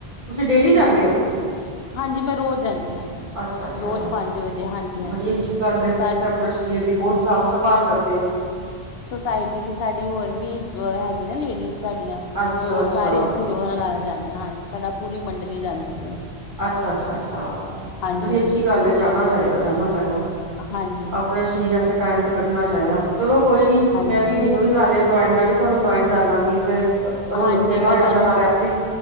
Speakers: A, on the right (about 50°); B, on the left (about 70°).
A: ਤੁਸੀਂ ਡੇਲੀ ਜਾਂਦੇ ਹੋ?
B: ਹਾਂਜੀ ਮੈਂ ਰੋਜ਼ ਜਾਂਦੀ ਹਾਂ,
A: ਅੱਛਾ-ਅੱਛਾ
B: ਰੋਜ਼ ਪੰਜ ਵਜੇ ਹਾਂਜੀ ਹਾਂਜੀ
A: ਬੜੀ ਅੱਛੀ ਗੱਲ ਹੈ
B: ਸਾ
A: ਤੁਸੀਂ ਤਾਂ ਆਪਣਾ ਸਰੀਰ ਦੇ, ਬਹੁਤ ਸਾਂਭ ਸੰਭਾਲ ਕਰਦੇ ਹੋ,
B: ਸੁੋਸਾਇਟੀ ਦੀ ਸਾਡੀ ਹੋਰ ਵੀ ਹੈਗੀ ਨਾ ਲੇਡੀਜ਼, ਸਾਡੀਆਂ ਤੇ
A: ਅੱਛਾ
B: ਉਹ
A: ਅੱਛਾ
B: ਸਾਰੇ ਅਸੀਂ ਉਹਨਾਂ ਨਾਲ ਜਾਂਦੇ ਹਾਂ ਹਾਂਜੀ ਸਾਡਾ ਪੂਰੀ ਮੰਡਲੀ ਜਾਂਦੀ ਹੈ।
A: ਅੱਛਾ-ਅੱਛਾ-ਅੱਛਾ
B: ਹਾਂਜੀ
A: ਬੜੀ
B: ਹਾਂਜੀ
A: ਅੱਛੀ ਗੱਲ ਹੈ ਜਾਣਾ ਚਾਹੀਦਾ ਜਾਣਾ ਚਾਹੀਦਾ।
B: ਹਾਂਜੀ
A: ਆਪਣੇ ਸਰੀਰ ਸ ਟਾਈਮ ਤੇ ਕੱਢਣਾ ਚਾਹੀਦਾ ਚਲੋ ਕੋਈ ਨੀ
B: ਹਾਂਜੀ
A: ਮੈਂ ਵੀ ਮੈਨੂੰ ਵੀ ਕਰ ਲਿਓ ਜੁਆਇਨ ਮੈਂ ਵੀ ਤੁਹਾਨੂੰ ਜੁਆਇਨ ਕਰ ਲਾਂਗੀ। ਰੌਣਕ
B: ਹਾਂਜੀ
A: ਮੇਲਾ ਹੋ
B: ਮੈਂ
A: ਜਾਂਦਾ
B: ਤੁਹਾਨੂੰ
A: ਨਾਲੇ ਆਪਣੀ,